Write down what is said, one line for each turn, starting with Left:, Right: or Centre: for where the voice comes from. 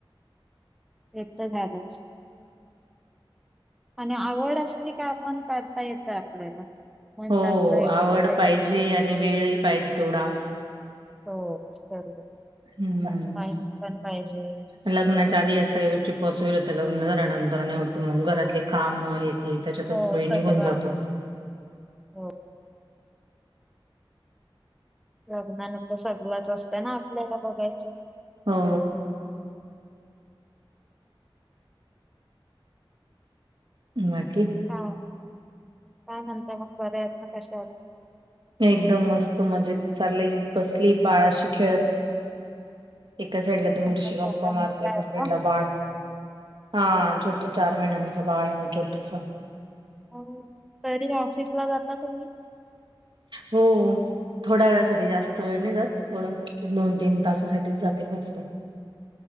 Centre: ते तर झालंच. आणि आवड असली का, आपण करता येतय आपल्याला. मन
Right: हो
Centre: लागलं एकदा
Right: आवड
Centre: त्याच्यात
Right: पाहिजे
Centre: की
Right: आणि वेळही पाहिजे तेवढा.
Centre: हो बरोबर,
Right: हम्म
Centre: टाईम पण पाहिजे.
Right: लग्नाच्या आधी या सगळ्या गोष्टी पॉसिबल होतात. लग्न झाल्यानंतर नाही होत, मग घरातले कामं हे हे त्याच्यातच
Centre: हो
Right: वेळ
Centre: सगळं
Right: निघून जातो.
Centre: हो लग्ना नंतर सगळच असतं ना, आपल्याला बघायचं.
Right: हो. बाकी?
Centre: काय, काय म्हनताय मग बऱ्या हात ना? कश्या आहात?
Right: एकदम मस्त मजेत चाललंय. बसली ये बाळाशी खेळत. एका साईडला तुमच्याशी
Centre: तुमचा छोटा
Right: गप्पा
Centre: मुलगा
Right: मारतेय, एका
Centre: आहे
Right: साइडला
Centre: का
Right: बाळ हां छोठं, चार महिन्याच बाळ आहे छोटसं.
Centre: अ तरी ऑफिस ला जाता तुम्ही?
Right: हो. थोड्या वेळासाठी, जास्त वेळ नाही जात. थोडा दोन तीन तासासाठीच जाते फक्त.